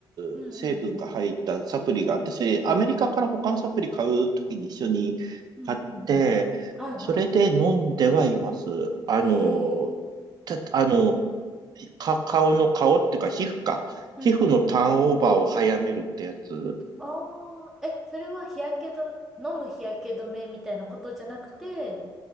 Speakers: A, in the centre; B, on the right.
A: うんうんうん。
B: う成分が入ったサプリがあって、それ、アメリカから他のサプリ買うときに一緒に買って、
A: うんうんうん。はいは
B: それで飲んではいます。あの、
A: い。へえ。
B: た、あの、か、顔の顔っていうか皮膚か。
A: うんうん。
B: 皮膚のターンオーバーを早めるってやつ。
A: ああ、え、それは日焼け止め、飲む日焼け止めみたいなことじゃなくて、